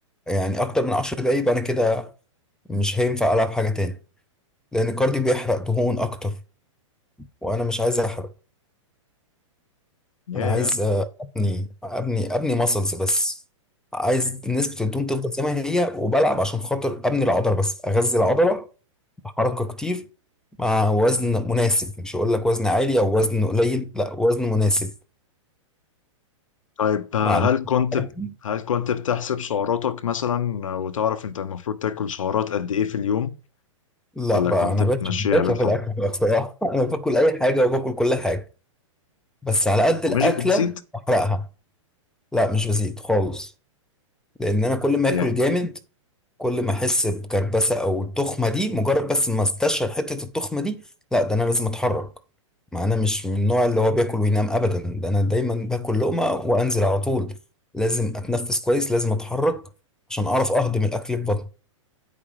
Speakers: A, in the centre; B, on the left.
A: يعني اكتر من 10 دقايق انا كده مش هينفع العب حاجه تاني لان الكارديو بيحرق دهون اكتر وانا مش عايز احرق
B: ياه
A: انا عايز آه، ابني ابني ابني ماسلز بس عايز نسبه الدهون تفضل زي ما هي وبلعب عشان خاطر ابني العضله بس اغذي العضله حركة كتير مع وزن مناسب مش هقول لك وزن عالي او وزن قليل لا وزن مناسب
B: طيب آه،
A: مع
B: هل كنت
A: حركة
B: هل كنت بتحسب سعراتك مثلا آه، وتعرف انت المفروض تاكل سعرات قد ايه في اليوم
A: لا
B: ولا
A: بقى
B: كنت
A: انا
B: بتمشيها
A: بقتش بقتش
B: بالحب
A: في الاكل بقى بصراحة <laughs> انا باكل اي حاجة وباكل كل حاجة بس على قد
B: ومش
A: الاكلة
B: بتزيد
A: احرقها لا مش بزيد خالص لان انا كل ما
B: يعني
A: اكل جامد كل ما احس بكربسه او التخمه دي مجرد بس ما استشعر حته التخمه دي لا ده انا لازم اتحرك ما انا مش من النوع اللي هو بياكل وينام ابدا ده انا دايما باكل لقمه وانزل على طول لازم اتنفس كويس لازم اتحرك عشان اعرف اهضم الاكل في بطني